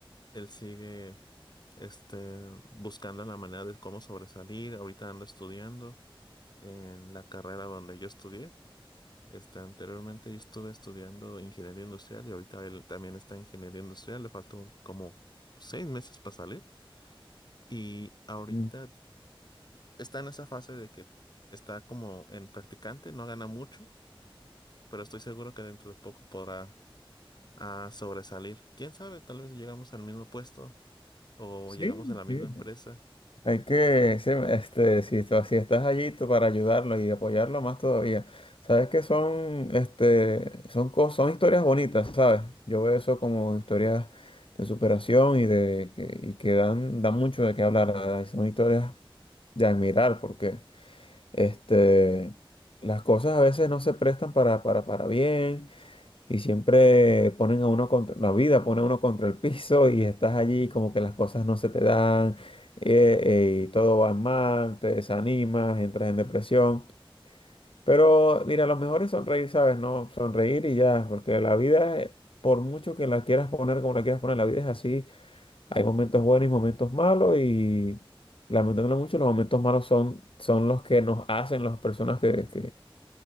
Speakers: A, on the left (about 50°); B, on the left (about 70°).
A: él sigue, este, buscando la manera de cómo sobresalir, ahorita anda estudiando en la carrera donde yo estudié. Este, anteriormente yo estuve estudiando ingeniería industrial y ahorita él también está en ingeniería industrial, le faltó como seis meses para salir y ahorita
B: Mm.
A: está en esa fase de que está como en practicante, no gana mucho, pero estoy seguro que dentro de poco podrá ah, sobresalir. ¿Quién sabe? Tal vez si llegamos al mismo puesto o
B: Sí,
A: llegamos a la misma
B: sí.
A: empresa.
B: Hay que, sí, este, si, tú- si estás allí tú para ayudarlo y apoyarlo más todavía. Sabes que son, este, son cosas, son historias bonitas, ¿sabes? Yo veo eso como historias de superación y de que, y que dan, dan mucho de qué hablar, la ¿verdad? Y Son historias de admirar porque, este, las cosas a veces no se prestan para, para, para bien. Y siempre ponen a uno contra, la vida pone a uno contra el piso y estás allí como que las cosas no se te dan eh, eh, y todo va mal, te desanimas, entras en depresión. Pero mira, lo mejor es sonreír, ¿sabes? No, sonreír y ya, porque la vida, eh, por mucho que la quieras poner como la quieras poner, la vida es así. Hay momentos buenos y momentos malos y lamentándolo mucho, los momentos malos son, son los que nos hacen las personas que, que